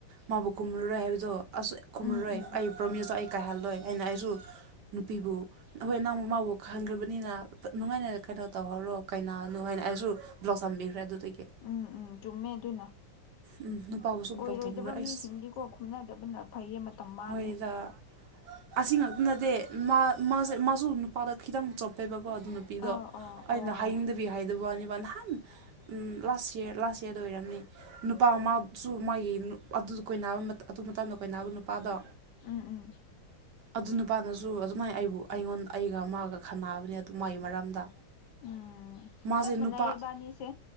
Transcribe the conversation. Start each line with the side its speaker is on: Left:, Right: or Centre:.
Right: ꯃꯥꯕꯨ ꯈꯨꯝꯔꯔꯣꯏ ꯍꯥꯏꯕꯗꯣ ꯑꯩꯁꯨ ꯈꯨꯝꯔꯔꯣꯏ
Left: ꯎꯝ ꯎꯝ
Right: ꯑꯩ ꯄ꯭ꯔꯣꯃꯤꯁꯇꯣ ꯑꯩ ꯀꯥꯏꯍꯜꯂꯣꯏ ꯍꯥꯏꯅ ꯑꯩꯖꯨ ꯅꯨꯄꯤꯕꯨ ꯑꯩꯈꯣꯏ ꯅꯪ ꯃꯥꯕꯨ ꯈꯟꯒ꯭ꯔꯕꯅꯤꯅ ꯐ ꯅꯨꯡꯉꯥꯏꯅ ꯀꯩꯅꯣ ꯇꯧꯍꯧꯔꯣ ꯀꯩꯅꯥꯅꯣ ꯍꯥꯏꯅ ꯑꯩꯖꯨ ꯕ꯭ꯂꯣꯛ ꯊꯝꯕꯤꯈ꯭ꯔꯦ ꯑꯗꯨꯗꯒꯤ
Left: ꯎꯝ ꯎꯝ ꯆꯨꯝꯃꯦ ꯑꯗꯨꯅ
Right: ꯎꯝ ꯅꯨꯄꯥꯕꯨꯁꯨ
Left: ꯑꯣꯏꯔꯣꯏꯗꯕ
Right: ꯕ꯭ꯂꯣꯛ ꯊꯝꯈ꯭ꯔꯦ ꯑꯩꯁ
Left: ꯃꯤꯁꯤꯡꯗꯤꯀꯣ ꯈꯨꯝꯅꯗꯕꯅ ꯐꯩꯌꯦ ꯃꯇꯝ ꯃꯥꯡꯉꯦ
Right: ꯍꯣꯏꯗ ꯑꯁꯤ ꯉꯥꯛꯇ ꯅꯠꯇꯦ ꯃꯥ ꯃꯥꯖꯦ ꯃꯥꯁꯨ ꯅꯨꯄꯥꯗ ꯈꯤꯇꯪ ꯆꯣꯞꯄꯦꯕꯀꯣ ꯑꯗꯨꯅ ꯅꯨꯄꯤꯗꯣ
Left: ꯑꯥꯎ ꯑꯣ ꯑꯣ
Right: ꯑꯩꯅ ꯍꯥꯏꯅꯤꯡꯗꯕꯤ ꯍꯥꯏꯗꯕ ꯋꯥꯅꯦꯕ ꯅꯍꯥꯟ ꯎꯝ ꯂꯥꯁ ꯏꯌ꯭ꯔ ꯂꯥꯁ ꯏꯌ꯭ꯔꯗ ꯑꯣꯏꯔꯝꯅꯤ ꯅꯨꯄꯥ ꯃꯥꯁꯨ ꯃꯥꯒꯤ ꯅꯨ ꯑꯗꯨꯖꯨ ꯀꯣꯏꯅꯕ ꯃꯇꯝ ꯑꯗꯨ ꯃꯇꯝꯗ ꯀꯣꯏꯅꯕ ꯅꯨꯄꯥꯗꯣ
Left: ꯎꯝ ꯎꯝ
Right: ꯑꯗꯨ ꯅꯨꯄꯥꯗꯖꯨ ꯑꯗꯨꯃꯥꯏꯟ ꯑꯩꯕꯨ ꯑꯩꯉꯣꯟ ꯑꯩꯒ ꯃꯥꯒ ꯈꯠꯅꯕꯅꯦ ꯑꯗꯨ ꯃꯥꯒꯤ ꯃꯔꯝꯗ
Left: ꯎꯝ
Right: ꯃꯥꯖꯦ
Left: ꯆꯞ ꯃꯥꯟꯅꯩ
Right: ꯅꯨꯄꯥ
Left: ꯏꯕꯥꯅꯤꯁꯦ